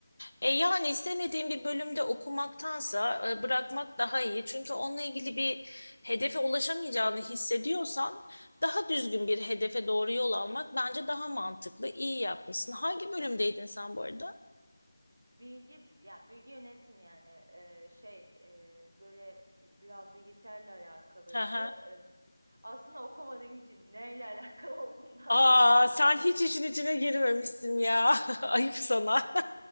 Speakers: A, on the left; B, on the right.
A: E yani istemediğin bir bölümde okumaktansa e, bırakmak daha iyi. Çünkü onunla ilgili bir hedefe ulaşamayacağını hissediyorsan daha düzgün bir hedefe doğru yol almak bence daha mantıklı. İyi yapmışsın. Hangi bölümdeydin sen bu arada?
B: Bilgi ya bilgi yönetim yani e, şey e, böyle biraz bilgisayarla alakalıydı.
A: Hı hı.
B: Aslında okumadığım için neyle <laughs> alakalı olduğunu da hatırlamıyorum.
A: Aa, sen hiç işin içine girmemişsin ya. <laughs> Ayıp sana.